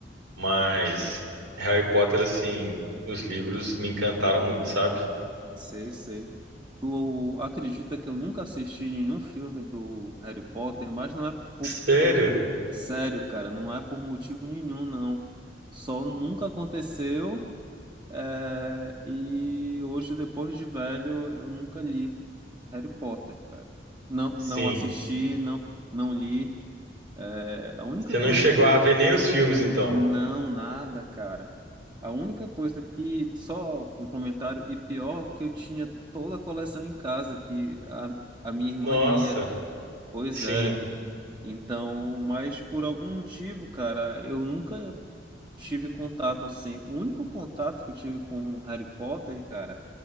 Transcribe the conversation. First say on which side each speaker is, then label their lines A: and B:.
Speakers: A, on the right (about 85°); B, on the right (about 25°).
A: mas Harry Potter, assim, os livros me encantaram muito, sabe?
B: Sei, sei. Tu acredita que eu nunca assisti nenhum filme do Harry Potter, mas não é por...
A: Sério?
B: sério, cara, não é por motivo nenhum, não. Só nunca aconteceu, é, e hoje, depois de velho, eu nunca li Harry Potter, cara. Não, não
A: Sim.
B: assisti, não, não li. É, a única
A: Você
B: coisa
A: não chegou
B: que
A: a ver nem os filmes, então?
B: Não, nada, cara. A única coisa que, só um comentário, e pior, que eu tinha toda a coleção em casa que a, a minha irmã
A: Nossa.
B: lia. Pois
A: Sim,
B: é. Então, mas por algum motivo, cara, eu nunca tive contato assim. O único contato que eu tive com Harry Potter, cara,